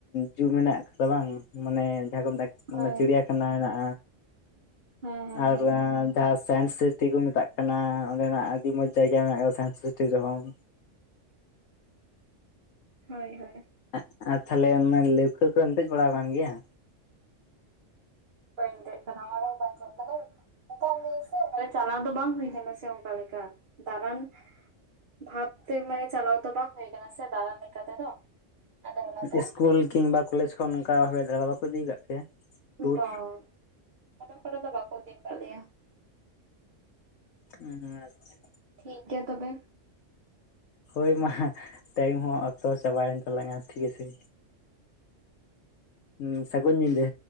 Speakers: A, on the left; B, on the right.
A: ᱡᱩ ᱢᱮᱱᱟᱜ ᱠᱟᱫᱟ ᱵᱟᱝ ᱢᱟᱱᱮ ᱡᱟᱸᱦᱟᱠᱚ ᱢᱮᱛᱟᱜ
B: ᱦᱳᱭ
A: ᱚᱱᱟ ᱪᱤᱲᱤᱭᱟ ᱠᱷᱟᱱᱟ ᱦᱮᱱᱟᱜ
B: ᱦᱮᱸ ᱦᱮᱸ
A: ᱟᱨ
B: ᱦᱮᱸ
A: ᱡᱟᱦᱟᱸ ᱥᱟᱭᱮᱱ ᱥᱤᱛᱤ ᱠᱚ ᱢᱮᱛᱟᱜ ᱠᱟᱱᱟ ᱚᱸᱰᱮᱱᱟᱜ ᱟᱹᱰᱤ ᱢᱚᱸᱡᱽ ᱡᱟᱭᱜᱟ ᱢᱮᱱᱟᱜ ᱟᱠᱟᱫᱟ ᱥᱟᱭᱮᱱᱥ ᱥᱤᱛᱤ ᱨᱮᱦᱚᱸ
B: ᱦᱳᱭ ᱦᱳᱭ
A: <inaudible> ᱟᱨ ᱛᱟᱦᱚᱞᱮ ᱚᱱᱟ ᱞᱟᱹᱣᱠᱟᱹ ᱠᱚᱢ ᱫᱮᱡ ᱵᱟᱲᱟ ᱠᱟᱱ ᱜᱮᱭᱟ
B: ᱵᱟᱭ ᱫᱮᱡ ᱠᱟᱱᱟ <inaudible> ᱢᱮᱛᱟᱜ ᱢᱤᱭᱤᱧ ᱥᱮ ᱪᱟᱞᱟᱣ ᱫᱚ ᱵᱟᱝ ᱦᱩᱭ ᱟᱠᱟᱱᱟ ᱥᱮ ᱚᱱᱠᱟ ᱞᱮᱠᱟ ᱫᱟᱬᱟᱱ ᱵᱷᱟᱵᱛᱮ ᱢᱟᱱᱮ ᱪᱟᱞᱟᱣ ᱛᱚ ᱵᱟᱝ ᱦᱩᱭ ᱠᱟᱱᱟ ᱥᱮ ᱫᱟᱬᱟᱱ ᱞᱮᱠᱟ ᱛᱮᱫᱚ ᱟᱫᱚ ᱚᱱᱟᱛᱮ
A: ᱤᱥᱠᱩᱞ ᱠᱤᱝᱵᱟ ᱠᱚᱞᱮᱡᱽ ᱠᱷᱚᱱ ᱚᱱᱠᱟ ᱦᱚᱭ ᱫᱟᱬᱟ ᱵᱟᱠᱚ ᱤᱫᱤᱠᱟᱫ ᱯᱮᱭᱟ ᱴᱩᱨ?
B: ᱵᱟᱝ ᱵᱟᱠᱚ ᱤᱫᱤ ᱠᱟᱜ ᱞᱮᱭᱟ
A: ᱦᱩᱸ ᱟᱪᱪᱷᱟ
B: ᱴᱷᱤᱠ ᱜᱮᱭᱟ ᱛᱚᱵᱮ᱾
A: ᱦᱳᱭ ᱢᱟ ᱴᱟᱭᱤᱢ ᱦᱚᱸ ᱚᱠᱛᱚ ᱪᱟᱵᱟᱭᱮᱱ ᱛᱟᱞᱟᱝᱼᱟ ᱴᱷᱤᱠ ᱟᱪᱷᱮ ᱦᱩᱸ ᱥᱟᱹᱜᱩᱱ ᱧᱤᱫᱟᱹ᱾